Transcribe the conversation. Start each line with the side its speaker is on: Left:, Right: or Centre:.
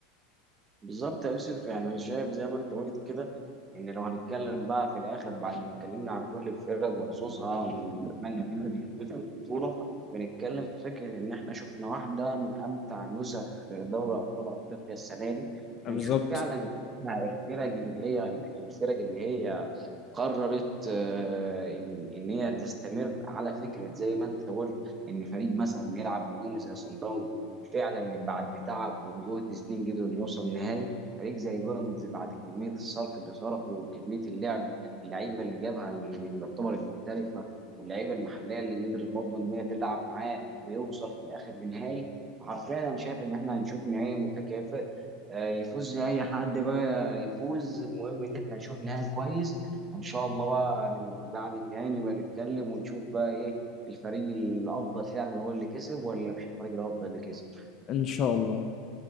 Right: بالظبط يا يوسف يعني انا شايف زي ما انت قلت كده ان لو هنتكلم بقى في الاخر بعد ما اتكلمنا عن كل الفرق وحظوظها ونتمنى ان هي تفوز بالبطوله بنتكلم في فكره ان احنا شفنا واحده من امتع نسخ دوري ابطال افريقيا السنه دي
Left: بالظبط
Right: بنشوف فعلا الفرق اللي هي الفرق اللي هي قررت آه، ان ان هي تستمر على فكره زي ما انت قلت ان فريق مثلا بيلعب هجومي زي صن داونز فعلا بعد تعب وجهد سنين قدروا انه يوصل النهائي فريق زي بيراميدز بعد كميه الصرف اللي صرفه وكميه اللعب اللعيبه اللي جابها اللي يعتبرت محترفه واللعيبه المحليه اللي قدرت برضه ان هي تلعب معاه بيوصل في الاخر لنهائي حرفيا انا شايف ان احنا هنشوف نهائي متكافئ آه، يفوز زي اي حد بقى يفوز المهم ان احنا نشوف نهائي كويس وان شاء الله بقى ن- بعد النهائي نبقى نتكلم ونشوف بقى ايه الفريق الافضل فعلا هو اللي كسب ولا مش الفريق الافضل اللي كسب
Left: إن شاء الله